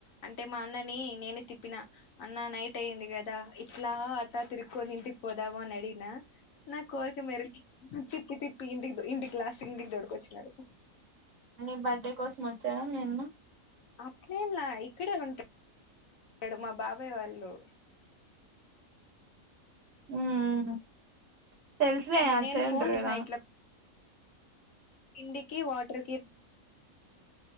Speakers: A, on the left; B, on the right.
A: అంటే మా అన్నని నేనే తిప్పిన అన్న నైట్ అయింది కదా ఇట్ల అట్టా తిరుక్కొని ఇంటికి పోదావు అ నడినా నా కోరిక మేరకు తిప్పి తిప్పి ఇంటికి ఇంటికి లాస్ట్ ఇంటికి తోడుకొచ్చినాడు
B: నీ బర్త్డే కోసం వచ్చానా నేను
A: అట్లేంలా ఇక్కడే ఉంటాడు మా బాబాయ్ వాళ్ళు
B: అమ్ తెలుసులే అట్టు
A: నేను
B: సైడ్
A: ఫోన్
B: ఉంటారు
A: చేసిన
B: కదా
A: ఇట్లా పిండికి వాటర్ కి